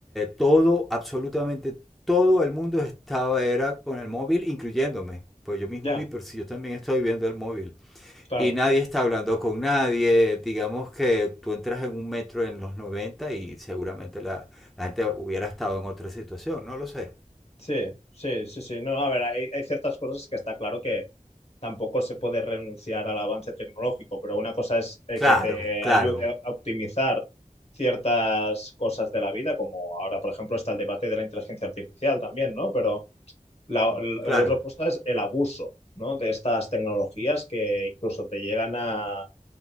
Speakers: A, in the centre; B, on the left.
A: todo, absolutamente todo el mundo estaba era con el móvil, incluyéndome. Pues yo mismo
B: Ya,
A: vi, pero si yo también estoy viendo el móvil.
B: claro.
A: Y nadie está hablando con nadie. Digamos que tú entras en un metro en los 90 y seguramente la, la gente hubiera estado en otra situación, no lo sé.
B: Sí, sí, sí, sí. No, a ver, hay, hay ciertas cosas que está claro que tampoco se puede renunciar al avance tecnológico, pero una cosa es eh,
A: Claro,
B: que te ayude
A: claro,
B: a optimizar ciertas cosas de la vida, como ahora, por ejemplo, está el debate de la inteligencia artificial también, ¿no? Pero la, la-
A: claro.
B: la otra cosa es el abuso, ¿no? De estas tecnologías que incluso te llegan a